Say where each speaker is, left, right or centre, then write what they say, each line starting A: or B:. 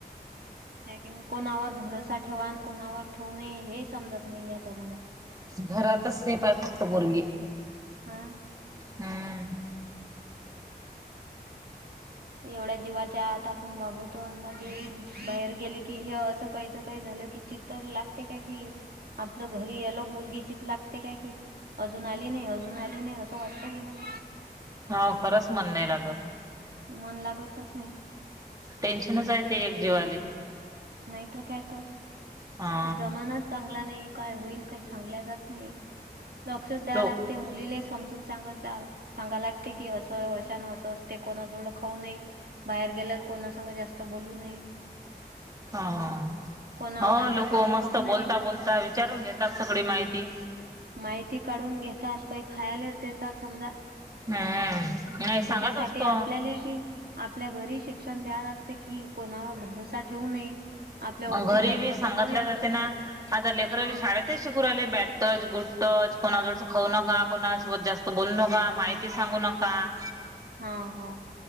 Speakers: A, on the right; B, on the right.
A: <inaudible> कोणावर भरोसा ठेवा आणि कोणावर ठेवू नये हे समजत नाही या जमान्यात
B: घरातच असते फक्त पोरगी
A: हा
B: हम्म
A: एवढ्या जीवाच्या आत आपण वागवतो जे बाहेर गेले की हे असं काहीच काही झालं की चित्त लागते काय कि आपलं घरी यायला मुलगी चित लागते काय कि अजून आली नाही अजून आली नाही असं वाटत की नाही.
B: हो खरंच मन नाही लागत.
A: मन लागतच नाही.
B: टेन्शनच आहे ते एक जीवाले
A: नाहीतर काय तर
B: हा
A: जमानाच चांगला नाही काय होईल काय सांगल्या जात नाही. लक्षच द्याय
B: लोक
A: लागते मुलीला समजून सांगत सांगाय लागते कि असं अशान असं असते कोणा जोड खाऊ नये. बाहेर गेल्यात कोणासंग जास्त बोलू नये.
B: हो हो
A: कोणावर
B: हा
A: विश्वास
B: लोक मस्त
A: ठेवू नये
B: बोलता बोलता विचारून घेतात सगळी माहिती
A: माहिती काढून घेतात काही खायलाच देतात समजा
B: हम्म नाही सांगत
A: त्याच्यासाठी
B: असतो
A: आपल्याले बी आपल्या घरी शिक्षण द्याया लागते कि कोणावर भरोसा ठेवू नये. आपल्या ओळखीचं
B: घरी
A: असलं
B: बी सांगितल्या
A: तर बोलायचं
B: जाते ना आता लेकरली
A: हा
B: शाळेत तेच शिकू राहिले बॅट टच गुट टच कोणाजवळ खाऊ नका कोणासोबत जास्त बोल नका माहिती सांगू नका. का
A: हा हा